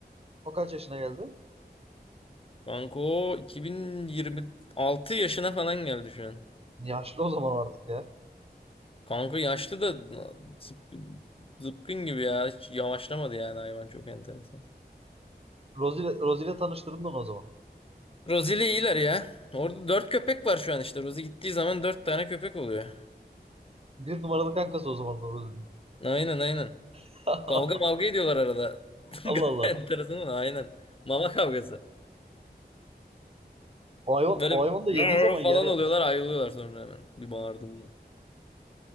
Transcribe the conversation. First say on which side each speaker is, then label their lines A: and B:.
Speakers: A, on the right (about 35°); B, on the left (about 35°).
A: O kaç yaşına geldi?
B: Kanka o 2026 yaşına falan geldi şu an.
A: Yaşlı o zaman o artık ya.
B: Kanka yaşlı da zıp- zıpkın gibi ya. Hiç yavaşlamadı yani hayvan çok enteresan.
A: Rozi'yle Rozi'yle tanıştırdın onu o zaman.
B: Rosie ile iyiler ya. Orada dört köpek var şu an işte. Rosie gittiği zaman dört tane köpek oluyor.
A: Bir numaralı kankası o zaman da Rozi'nin.
B: Aynen aynen.
A: <laughs>
B: Kavga mavga ediyorlar arada. <laughs>
A: Allah Allah.
B: Enteresan ama aynen. Mama kavgası.
A: O hayvan,
B: Böyle
A: o
B: bir
A: hayvan da yediği
B: "Rar"
A: zaman yer
B: falan
A: yalnız.
B: oluyorlar ayrılıyorlar sonra hemen. Bir bağırdığımda.